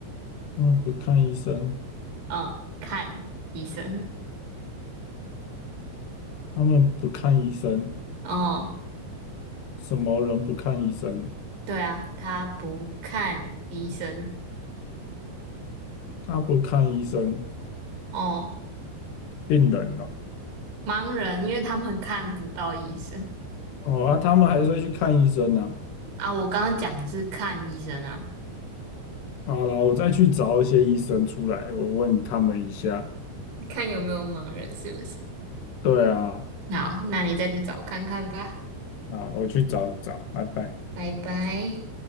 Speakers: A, on the left; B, on the right.
A: 他们不看医生，
B: 嗯，看医生。
A: 他们不看医生，
B: 哦，
A: 什么人不看医生？
B: 对啊，他不看医生。
A: 他不看医生，
B: 哦，
A: 病人哦。
B: 盲人，因为他们看不到医生
A: 哦啊，他们还是会去看医生呢、
B: 啊。我刚刚讲的是看医生啊，
A: 好了，我再去找一些医生出来，我问他们一下。
B: 看有没有盲人是不是？
A: 对啊，
B: 好，那你再去找看看吧。
A: 啊，我去找找，拜拜。
B: 拜拜。